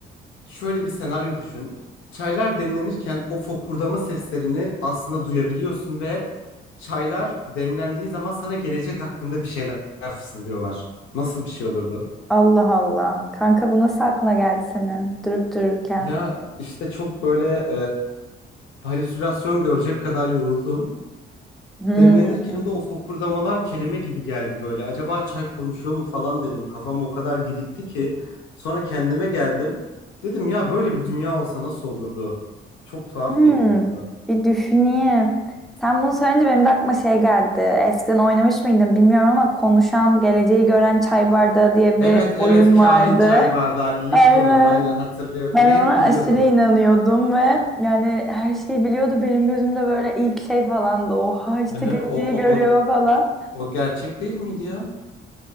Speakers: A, on the left; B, in the centre.
A: Şöyle bir senaryo düşün. Çaylar demlenirken o fokurdama seslerini aslında duyabiliyorsun ve çaylar demlendiği zaman sana gelecek hakkında bir şeyler fısıldıyorlar. Nasıl bir şey olurdu?
B: Allah Allah. Kanka bu nasıl aklına geldi senin durup dururken?
A: Ya işte çok böyle e, halüsinasyon görecek kadar yoruldum.
B: Hmm.
A: Demlenirken de o fokurdamalar kelime gibi geldi böyle. Acaba çay konuşuyor mu falan dedim. Kafam o kadar gidikti ki. Sonra kendime geldim. Dedim ya böyle bir dünya olsa nasıl olurdu? Çok tuhaf
B: Hmm,
A: geliyor kulağa.
B: bir düşüneyim. Sen bunu söyleyince benim de aklıma şey geldi. Eskiden oynamış mıydın bilmiyorum ama konuşan, geleceği gören çay bardağı diye bir
A: Evet evet
B: oyun vardı.
A: kahin çay bardağı
B: <laughs>
A: Lipton'un
B: Aynen.
A: aynen hatırlıyorum
B: Ben
A: ve
B: ona
A: hep biliyordu.
B: aşırı inanıyordum ve yani her şeyi biliyordu. Benim gözümde böyle ilk şey falan falandı. Oha işte
A: Ehe,
B: geleceği
A: o, o,
B: görüyor
A: o,
B: falan.
A: o gerçek değil miydi ya?